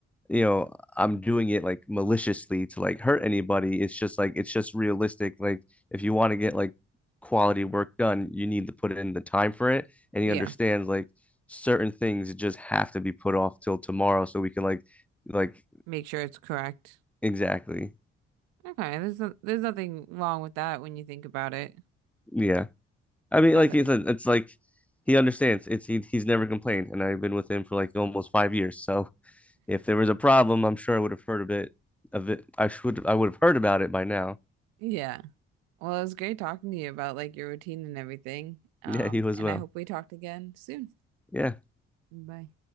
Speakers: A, in the centre; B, on the right.
A: you know, I'm doing it like maliciously to like hurt anybody. It's just like, it's just realistic. Like, if you want to get like quality work done, you need to put in the time for it. And he
B: Yeah,
A: understands like certain things just have to be put off till tomorrow so we can like, like,
B: make sure it's correct.
A: exactly.
B: Okay, there's no, there's nothing wrong with that when you think about it.
A: Yeah. I mean,
B: I
A: like
B: thought,
A: he said, it's like he understands. It's he, he's never complained, and I've been with him for like almost five years. So if there was a problem, I'm sure I would have heard a bit of it. I should I would have heard about it by now.
B: yeah. Well, it was great talking to you about like your routine and everything. Um,
A: Yeah, he was
B: and
A: well.
B: I hope we talked again soon.
A: Yeah,
B: Bye.